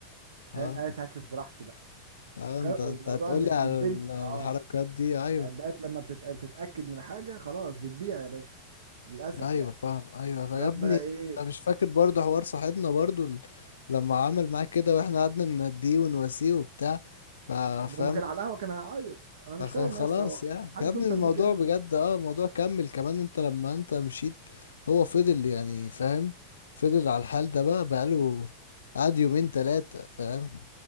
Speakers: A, on the right; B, on the left.
A: فاهم
B: اه
A: قالت هكرف براحتي بقى
B: اه
A: وكان-
B: انت انت
A: وموضوع
B: هتقول
A: ان
B: لي على
A: البنت
B: ال- الحركات
A: اه
B: دي ايوه
A: يعني بقت لما بتت... بتتاكد من حاجه خلاص بتبيع يا باشا للاسف
B: ايوه
A: يعني
B: فاهم ايوه فا-
A: الواد
B: يا ابني
A: بقى ايه
B: انت مش فاكر برضه حوار صاحبنا برضه ال- لما عمل معاك كده واحنا قعدنا نناديه ونواسيه وبتاع فا- فاهم
A: ده لما كان على القهوه كان هيعيط انا مش
B: عشان
A: فاهم
B: خلاص
A: يا اسطى هو
B: يعني
A: هو حد
B: يا ابني
A: توصل
B: الموضوع
A: بيه كده
B: بجد اه الموضوع كمل كمان انت لما انت مشيت هو فضل يعني فاهم فضل على الحال ده بقى بقاله قعد يومين تلاتة فاهم